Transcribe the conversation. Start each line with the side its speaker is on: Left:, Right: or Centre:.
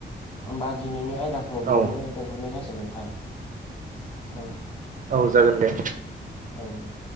Left: होमबा दिनैनि आयदाखौ बेयावनो
Right: औ
Left: दोनथ'नाय जाासग नोंथां औ।
Right: औ जागोन दे।
Left: औ दे।